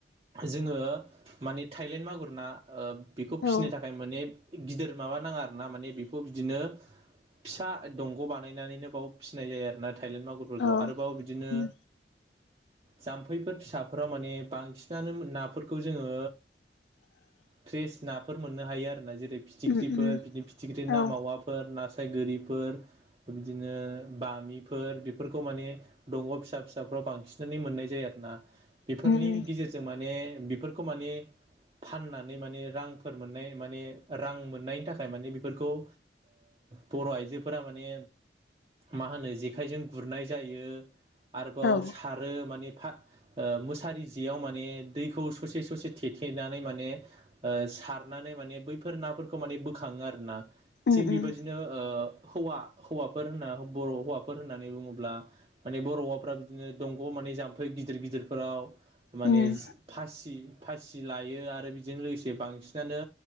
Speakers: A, on the right; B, on the left.
A: जोङो माने थाइलेण्ड मागुर ना ओ बेखौ फिसिनो
B: औ
A: थाखाय माने गिदिर माबा नाङा आरो ना माने बेखौ बिदिनो फिसा दंग' बानायनानैनो बाव फिसिनाय जायो आरोना थाइलेन मागुरफोरखौ
B: औ
A: आरोबाव बिदिनो
B: उम
A: जाम्फैफोर फिसाफोराव माने बांसिनानो नाफोरखौ जोङो
B: <inaudible>
A: फ्रेस नाफोर मोननो हायो आरो ना जेरै फिथिख्रिफोर
B: उम उम
A: बिदिन फिथिख्रि ना
B: औ
A: मावाफोर ना गोरिफोर बिदिनो बामिफोर बेफोरखौ माने दंग' फिसा फिसाफ्राव बा बांसिनानो मोननाय जायो आरना बेफोरनि
B: उम उम
A: गिजिरजों माने बेफोरखौ माने फाननानै माने रांफोर मोननाय माने रां मोननायनि थाखाय माने बेफोरखौ ओ बर' आइजोफोरा माने मा होनो जेखाइजों गुरनाय जायो। आरोबाव
B: औ उम
A: सारो माने फा ओ मोसारि जियाव माने दैखौ ससे ससे थेथेनानै मान ने ओ सारनानै माने बैफोर नाफोरखौ माने बोखाङो आरो ना
B: उम
A: थिग बेबायदिनो ओ हौवा हौवाफोर होनना बर' हौवाफोर होननानै बुङोब्ला माने बर' हौवाफोरा बिदिनो दंग' मा नै जाम्फै गिदिर गिदिर फोराव मानेज
B: उम
A: फासि फासि लायो आरो। बिजों लोगोसे बांसिनानो